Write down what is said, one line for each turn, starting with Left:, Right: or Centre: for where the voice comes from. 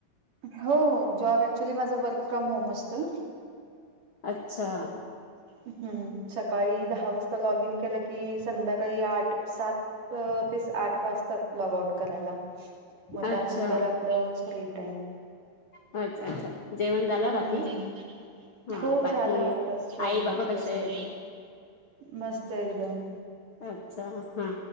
Right: हो जॉब ऍक्चुली माझं वर्क फ्रॉम होम असतं.
Left: अच्छा.
Right: हम्म सकाळी दहा वाजता लॉग इन केलं की संध्याकाळी आठ सात त तेच आठ वाजताच लॉग आउट करायला. मग
Left: अच्छा
Right: त्यानंतर आपलं फ्री टाईम.
Left: अच्छा, अच्छा. जेवण झालं बाकी
Right: हम्म जेवण झालं
Left: हा
Right: हो
Left: बाकी
Right: झालं आताच जेवूनच
Left: आई बाबा कसे
Right: बसले
Left: आहेत
Right: होते. मस्त एकदम.
Left: अच्छा हा